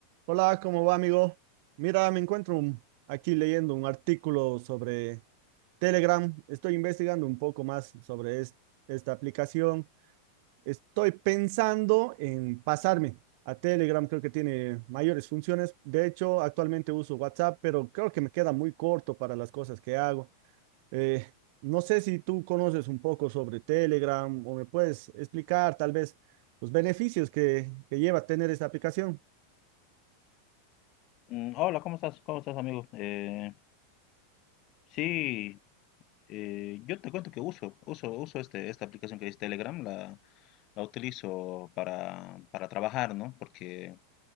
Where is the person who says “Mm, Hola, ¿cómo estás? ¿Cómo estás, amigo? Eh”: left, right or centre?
Left